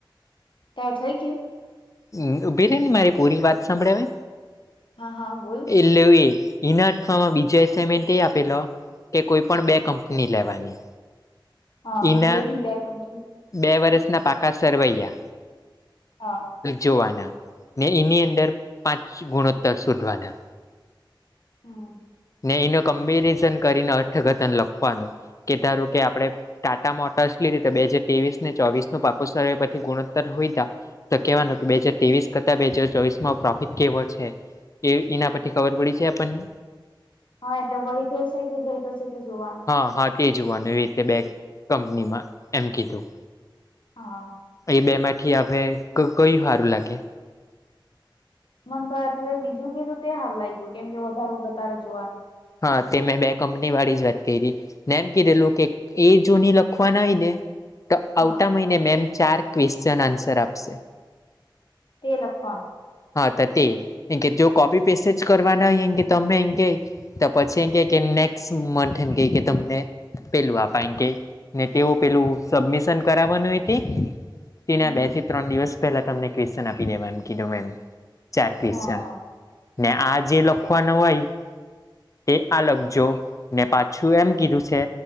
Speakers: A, on the left; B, on the left.
A: <unintelligible>
B: <unintelligible>
A: હા હા બોલ
B: <unintelligible> એ આપેલો કે કોઈ પણ બે કંપની લેવાની
A: હા
B: ના
A: લેધી બે કંપની
B: બે વરષના પાકા સરવૈયા
A: હા
B: જોવાના ને એની અંદર પાંચ ગુણોત્તર શોધવાના
A: હમ.
B: ને એનો કમ્પેરિઝન કરીને અર્થઘથન લખવાનું કે ધારો કે આપણે ટાટા મોટર્સ રીતે બે હાજર ત્રેવીસ ને ચોવીસ નું પાકો સરવૈયુ પરથી ગુણોત્તર હોયધા તો કેવાનું કે બે હાજર ત્રેવીસ કરતા બે હાજર ચોવીસમાં પ્રોફિટ કેવો છે. એ ઈના પરથી ખબર પડી છે, આપણને
A: હ એટલે વયધો છે, કે ધયતો છે, તો જોવાનો
B: હ હામ તે જોવાનું એવી રીતે બે કંપનીમાં એમ કીધું
A: હ.
B: એ બે માંથી આપણે ક કયું હારું લાગે
A: મન તો તુંએ બીજું કીધું તે હાર લાયયું કેમ કે વધારો વધારો જોવાનો
B: હ તે મેં બે કંપની વાળી જ વાત કયરી ને એમ કધેલું કે એ જો ની લખવા હોય ને ત
A: હા
B: આવતા મહિને મેમ ચાર ક્વેશ્ચન આન્સર આપશે
A: તે લખવાનું
B: હ ત તે એ કે જો કોપી પેસેજ કરવાના હોય એ કે તમે એમ કેય ત પછી એમ કેય કે નેક્મંથ એમ કેય તમને પેલું આપા એમ કેય ને તેઓ પેલું સબમિશન કરાવવાનું હોય તે તેના
A: હમ
B: બે થી ત્રણ દિવસ પહેલા તમને ક્વેચન આપી દેવા એમ કીધું મેમ ચાર ક્વેશ્ચન
A: હા
B: ને આ જે લખવાનો હોય તે આ લખજો ને પાછું એમ કીધું છે.